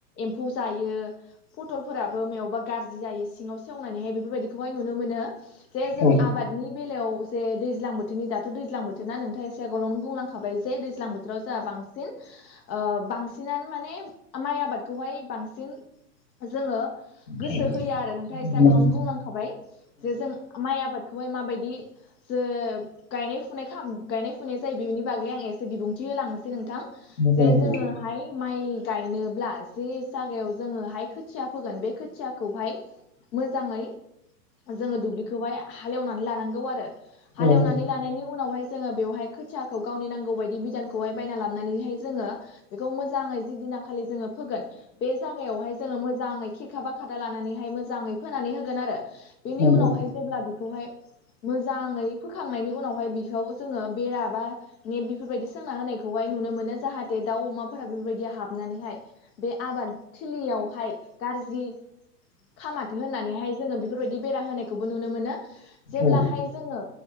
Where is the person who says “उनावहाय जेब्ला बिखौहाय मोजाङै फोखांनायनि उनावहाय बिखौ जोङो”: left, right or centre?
Left